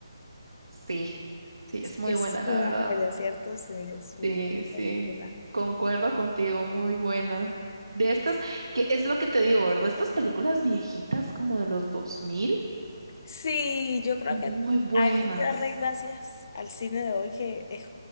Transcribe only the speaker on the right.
Sí, sí, es muy
buena, la
verdad.
Sí,
sí,
concuerdo contigo, muy buena. De estas, que es lo que te digo, ¿verdad? Estas películas viejitas como de los 2000,
muy
buenas.